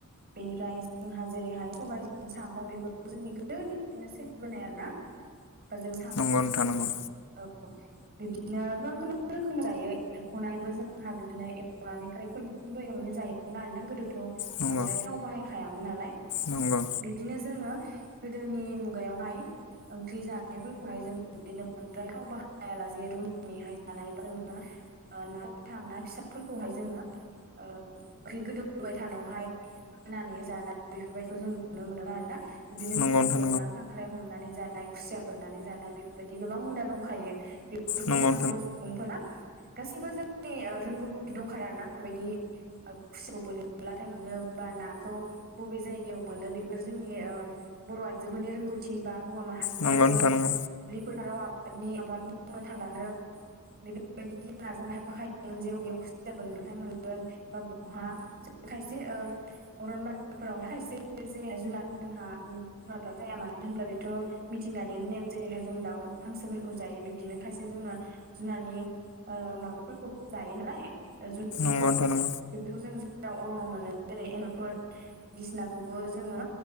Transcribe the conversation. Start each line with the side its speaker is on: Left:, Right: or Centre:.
Right: बेनिफ्राय जोंहा जेरैहाय सबाइ साम' बेफोरखौ जोंनि गोदोनिफ्रायनो सोलिबोनाय आरो ना‌ बा जों साम'फोरखौहाय
Left: नोंथां नंगौ
Right: औ बिदिनो गोबां गोबां रोखोम जायो एरख'नायबो जोंहा बिदिनो एरख'नानै <unintelligible> <unintelligible> जायोमोन आरोना गोदोथ'
Left: नंगौ
Right: बांद्राय थाव बाहायखायामोन नालाय
Left: नंगौ
Right: बिब्दिनो जोङो गोदोनि मुगायावहाय ओंख्रि जानायफोरखौहाय जों बिदिनो बांद्राय थाव बाहायालासे रुनानैहाय जानाय जोङो ओ ना गोथां ना फिसाफोरखौहाय जोङो ओंख्रि गोदौबाय थानायावहाय होनानै जानाय बेफोरबायदिखौ जों नुनो मोनो आरोना बिदिनो
Left: नंगौ
Right: जोंहाथ'
Left: नोंथां
Right: ना खां ख्राइ हमनानै जानाय खुसिया बोननानै जानाय बेफोरबायदि गोबां हुदा दंखायो। बेखौ
Left: नंगौ
Right: जोंहा बर' सुबुंफोरा गासैबो जोंनि रोंगौथि दंखायो आरोना माबायदि खुसिया बोनोब्लाथाय मोनो बा नाखौ बबे जायगायाव मोनो बेफोर जोंनि बर' आइजोफोरनि रोंगौथि बा हौवा माहारिफोराबो
Left: नंगौ नोंथां
Right: दुब्लि
Left: नंगौ
Right: फोथाराव आबादनि आबाद मावनो थांबानो बेफोरबायदि गियाना जोंहा थाफाखायोमोन जे अबेयाव खुसिया बोनबाथाय मोन गोन बा बहा खायसे ओ अरन बारिफोरावहाय खायसे जेरै जुनार जोंहा बुङाब्ला जाया मानो होनब्ला बेथ' मिथिंगानि नेम जेरैहाय जों दाउ हांसोफोरखौ जायो बिब्दिनो खायसे जोङो जुनारनि ओ माबाफोरखौबो जायो नालाय जनारफोरखौ
Left: नंगौ नोंथां नंगौ नंगौ नोंथां नंगौ
Right: बेफोरखौ जों जेराव <unintelligible> मोनो जेरै एमबुफोर बायदिसिनाखौबो जोङो